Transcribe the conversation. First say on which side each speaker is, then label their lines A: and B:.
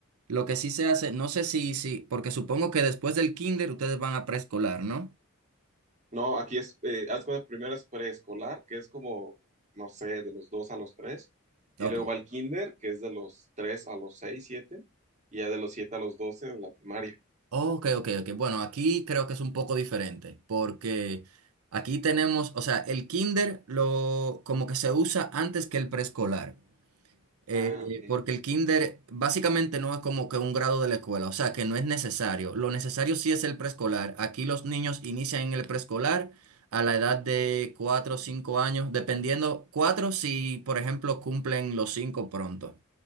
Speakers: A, on the right; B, on the right.
A: lo que sí se hace, no sé si, si, porque supongo que después del kinder ustedes van a preescolar, ¿no?
B: No, aquí es, eh, haz cuenta, primero es preescolar, que es como, no sé, de los dos a los tres. Y
A: Ok.
B: luego va el kinder, que es de los tres a los seis, siete. Y ya de los siete a los doce de la primaria.
A: Ok, ok, ok. Bueno, aquí creo que es un poco diferente, porque aquí tenemos, o sea, el kinder lo como que se usa antes que el preescolar. Eh,
B: Ah, ok.
A: porque el kinder básicamente no es como que un grado de la escuela, o sea que no es necesario. Lo necesario sí es el preescolar. Aquí los niños inician en el preescolar a la edad de 4 o 5 años, dependiendo, 4 si por ejemplo cumplen los 5 pronto,